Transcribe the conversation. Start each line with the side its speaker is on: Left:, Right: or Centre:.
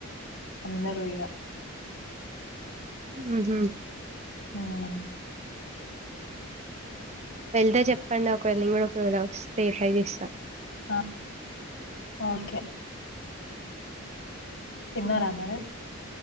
Left: అందరూ ఇగా
Right: హుహు.
Left: హుమ్మ్
Right: వెళ్తే చెప్పండి ఒకవేళ నేను కూడా ఒకవేళ వస్తే ట్రై చేస్తా.
Left: ఆ ఓకే తిన్నారా మరి